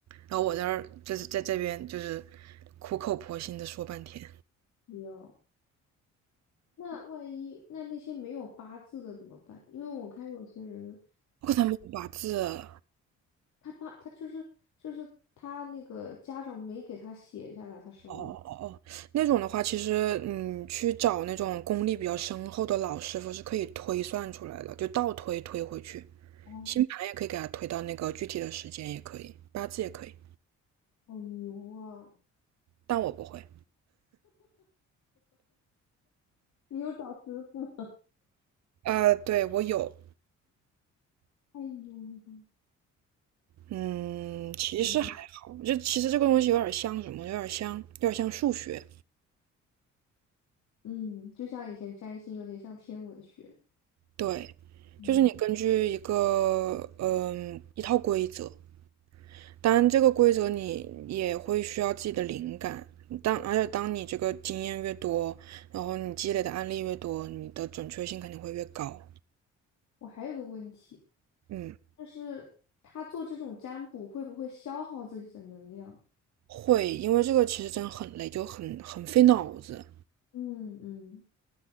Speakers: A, on the right; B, on the left.
A: 然后我在这儿就是在这边就是苦口婆心的说半天，
B: 没有。那万一那那些没有八字的怎么办？因为我看有些人，
A: 我给他们八字。
B: 他八他就是就是他那个家长没给他写下来，他生的
A: 哦哦哦，那种的话，其实嗯，去找那种功力比较深厚的老师傅是可以推算出来的，就倒推推回去，
B: 哦，
A: 星盘也可以给他推到那个具体的时间，也可以，八字也可以，
B: 好牛啊！
A: 但我不会。
B: 你有找师傅，
A: 呃，对，我有，
B: 太牛了吧！
A: 嗯，其实还好，
B: 嗯
A: 就其实这个东西有点像什么，有点像，有点像数学。
B: 嗯就像以前占星有点像天文学。
A: 对，
B: 嗯，
A: 就是你根据一个嗯一套规则，当然这个规则你也会需要自己的灵感。当而且当你这个经验越多，然后你积累的案例越多，你的准确性肯定会越高。
B: 我还有个问题，
A: 嗯，
B: 就是他做这种占卜会不会消耗自己的能量？
A: 会，因为这个其实真的很累，就很很费脑子。
B: 嗯嗯，